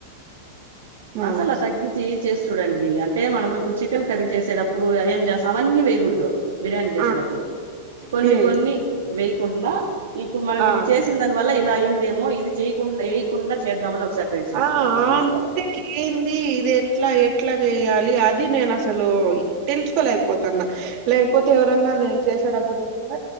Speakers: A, on the right; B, on the right.
A: హ్మ్.
B: మసాలా తగ్గించి చేస్త చూడండి అంటే మనం ఇప్పుడు చికెన్ కర్రీ చేసేటప్పుడు ఏం చేస్తాం అవన్నీ వేయకూడదు బిర్యానీ చేసేడుప్పుడు
A: ఆ!
B: కొన్ని
A: హ్మ్.
B: కొన్ని వేయకుండా ఇప్పుడు మనం
A: ఆ!
B: ఇది చేసిన దాని వల్ల ఇలా అంది ేమో ఇది చేయకుండా చేద్దామని ఒకసారి ట్రై చేసి
A: ఆ
B: చూడండి
A: అంటె
B: వస్తాది
A: గిఏంది ఇది ఎట్లా ఎట్లా జేయాలి అది నేను అసలు తెలుసుకోలేకపోతున్నా లేకపోతే ఎవరన్నా నేన్ చేసేటప్పుడు ఉండ